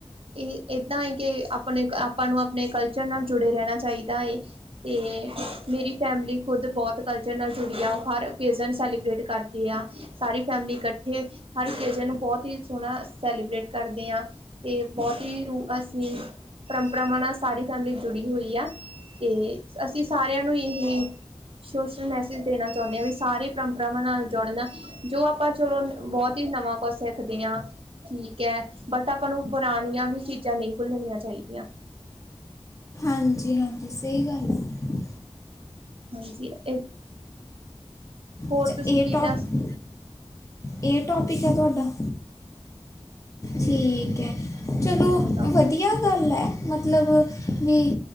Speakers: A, on the right; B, on the left.
A: ਏਹ ਏਦਾਂ ਏ ਕੇ ਅਪ ਅਪਣੇ ਕ ਆਪਾਂ ਨੂੰ ਆਪਣੇ ਕਲਚਰ ਨਾਲ ਜੁੜੇ ਰੈਣਾ ਚਾਈਦਾ ਏ ਤੇ ਮੇਰੀ ਫੈਮਿਲੀ ਖੁਦ ਤੇ ਬੌਤ ਕਲਚਰ ਨਾਲ ਜੁੜੀ ਆ, ਔ ਹਰ ਔਕੇਜਨ ਸੈਲੀਬ੍ਰੇਟ ਕਰਦੀ ਆ ਸਾਰੀ ਫੈਮਲੀ ਇਕੱਠੇ ਹਰ ਹਰ ਔਕੇਜਨ ਨੂੰ ਬੌਤ ਈ ਸੋਣਾ ਸੈਲੀਬ੍ਰੇਟ ਕਰਦੇ ਆਂ ਤੇ ਬੌਤ ਹੀ ਰੂ ਅਸੀਂ ਪਰੰਪਰਾਵਾਂ ਨਾਲ ਸਾਰੀ ਫੈਮਲੀ ਜੁੜੀ ਹੋਈ ਆ, ਤੇ ਅਸੀਂ ਸਾਰਿਆਂ ਨੂੰ ਇਹੀ ਸੋਸ਼ਲ ਮੈਸੇਜ ਦੇਣਾ ਚੌਣੇ ਆਂ ਵਈ ਸਾਰੇ ਪਰੰਪਰਾਵਾਂ ਨਾਲ ਜੋੜੁਨ ਜੋ ਆਪਾਂ ਚਲੋ ਬੌਤ ਈ ਨਵਾਂ ਕੁਛ ਸਿੱਖਦੀ ਆਂ ਠੀਕ ਹੈ, ਬਟ ਆਪਾਂ ਨੂੰ ਪੁਰਾਣੀਆਂ ਵੀ ਚੀਜ਼ਾਂ ਨਹੀਂ ਭੁੱਲਣੀਆਂ ਚਾਹੀਦੀ। ਯਾਂ।
B: ਹਾਂਜੀ ਹਾਂਜੀ, ਸਹੀ ਗੱਲ ਐ।
A: ਹਾਂਜੀ ਏ ਹੋਰ
B: ਅੱਛਾ
A: ਤੁਸੀਂ
B: ਇਹ
A: ਕੀ
B: ਟੌਪ
A: ਦੱਸ--ਹਾਂਜੀ।
B: ਇਹ ਟੌਪਿਕ ਹੈ ਤੁਹਾਡਾ ਠੀਕ ਹੈ, ਚਲੋ
A: ਤਾਂ
B: ਵਧੀਆ ਗੱਲ ਐ। ਮਤ ਮਤਲਬ ਵੀ